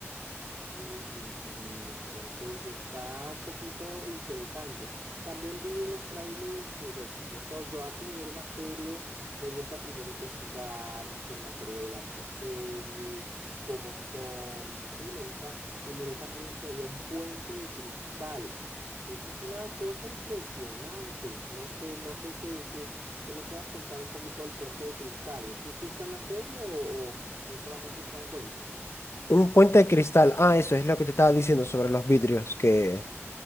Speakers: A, on the right (about 80°); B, on the left (about 65°).
A: Uy, sí, entonces está un poquito interesante. También vi en los trailers que, bueno, yo soy, yo antes de ver una serie, me gusta primero investigar quién la creó la, la serie, cómo son, sí, me gusta. Y miré también que había un puente de cristal. Eso es una cosa impresionante. No sé, no sé qué, qué, qué me puedas contar un poquito del puente de cristal. ¿Sí, sí está en la serie o, o o solamente son cuentos?
B: Un puente de cristal, ah, eso es lo que te estaba diciendo sobre los vidrios, que...